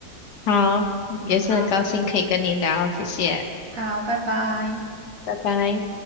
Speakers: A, on the left (about 70°); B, on the right (about 50°).
A: 好，也是很高兴可以跟你聊，
B: 好，
A: 谢谢，
B: 好，拜拜。
A: 拜拜。